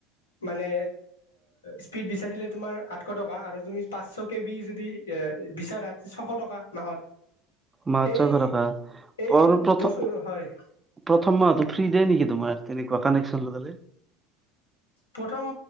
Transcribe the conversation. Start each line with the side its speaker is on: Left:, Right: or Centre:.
Left: মানে স্পীড বিচাৰিলে তোমাৰ আঠশ টকা, আৰু তুমি পাঁচশ কে বিৰ যদি এ বিচাৰা, ছশ টকা মাহত।
Right: মাহত
Left: এই
Right: চয়শ টকা।
Left: এই
Right: ভৰ' পত'
Left: বস্তু হয়
Right: প্ৰথম মাহতো ফ্ৰী দে নেকি তোমাৰ এনেকুৱা কানেকচন লগালে?
Left: প্ৰথম